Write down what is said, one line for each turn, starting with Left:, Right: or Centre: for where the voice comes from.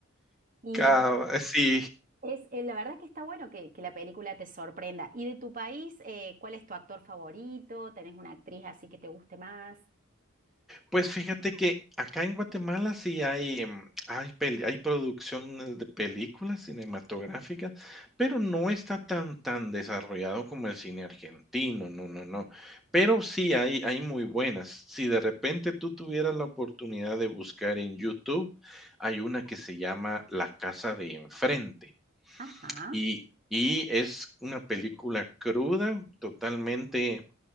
Right: Y
Centre: Cava, sí,
Right: es, eh, la verdad que está bueno que, que la película te sorprenda. ¿Y de tu país, eh, cuál es tu actor favorito? ¿Tenés una actriz así que te guste más?
Centre: Pues fíjate que acá en Guatemala sí hay, em, hay peli hay producciones de películas cinematográficas, pero no está tan tan desarrollado como el cine argentino, no, no, no. Pero sí hay hay muy buenas. Si de repente tú tuvieras la oportunidad de buscar en YouTube, hay una que se llama La casa de enfrente,
Right: Ajá,
Centre: y y es una película cruda, totalmente